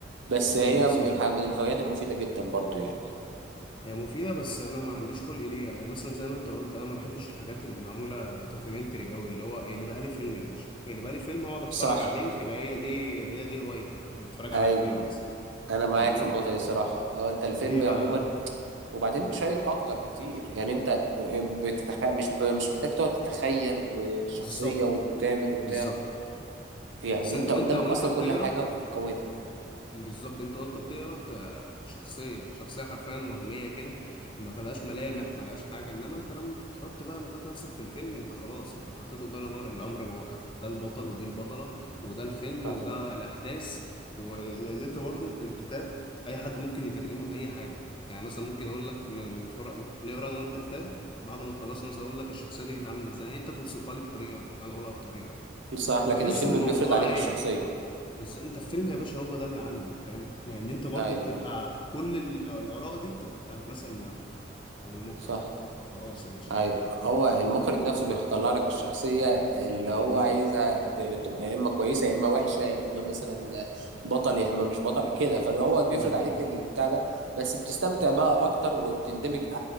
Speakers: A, on the right; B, on the left.
A: بس
B: برضو
A: هي
B: سام
A: من الح... من الهوايات المفيده جدا برضو يعني
B: هي مفيدة بس أنا ما عنديش خلق ليها يعني مثلا زي ما أنت قلت أنا ما بحبش الحاجات اللي معمولة دوكيومنتري أوي اللي هو اللي بقى لي فيلم يا باشا اللي بقى لي فيلم أقعد أتفرج
A: صح
B: عليه وتبقى هي دي هي دي هوايتي أنا أتفرج على
A: ايوه
B: أفلام مثلا
A: انا معاك
B: فاهمني
A: في النقطه دي صراحه هو انت الفيلم
B: ليه بقى
A: عموما وبعدين شيق اكتر بكتير يعني انت آه، بتتخ... مش ب... مش محتاج تقعد تتخيل والشخصيه
B: بالظبط
A: وتعمل
B: بالظبط
A: وبتاع يعني
B: اصل
A: انت
B: انت وانت
A: قدامك
B: وانت
A: اصلا
B: بتقرا
A: كل حاجه وبتكونها
B: بالظبط انت وانت بتقرا انت شخصيه شخصيه حرفيا وهميه كده ما فيهاش ملامح ما لهاش حاجه انما انت لما بتحط بقى بتحط نفسك في الفيلم انت خلاص انت اتحطيت قدام الامر الامر الواقع ده البطل ودي البطله وده الفيلم
A: صح
B: وده الاحداث وان انت برضو الكتاب اي حد ممكن يترجمه لاي حاجه يعني مثلا ممكن اقول لك ن- نتفرج نقرا انا وانت كتاب بعد ما خلصنا مثلا اقول لك الشخصيه دي كانت عامله ازاي انت توصفها لي بطريقه انا اقولها بطريقه
A: صح
B: فبحس
A: لكن الفيلم
B: الموضوع
A: بيفرض عليك
B: عايم
A: الشخصيه
B: بس انت في فيلم يا باشا هو ده اللي عندي فاهم لان انت برضو
A: ايوه
B: بتبقى كل ال- الاراء دي بتبقى بتاعت مثلا المؤلف او المخرج
A: صح
B: فخلاص يا باشا
A: اي
B: انا الت-
A: هو المخرج نفسه بيطلع لك الشخصية اللي هو
B: امم
A: عايزها ت- تبقى يا اما كويسة يا اما وحشة يا اما مثلا بطل يا اما مش بطل كده فاللي هو بيفرض
B: امم امم.
A: عليك البتاع ده بس بتستمتع بقى اكتر وبتندمج أ- أ-